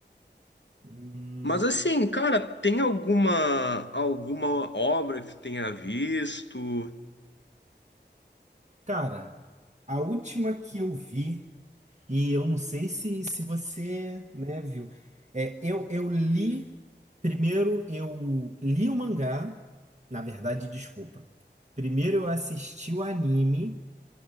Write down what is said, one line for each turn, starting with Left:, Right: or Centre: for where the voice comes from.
Right: Hum,
Left: Mas assim, cara, tem alguma alguma obra que tu tenha visto?
Right: cara, a última que eu vi. E eu não sei se, se você, né, viu. É, eu, eu li. Primeiro eu li o mangá. Na verdade, desculpa. Primeiro eu assisti o anime.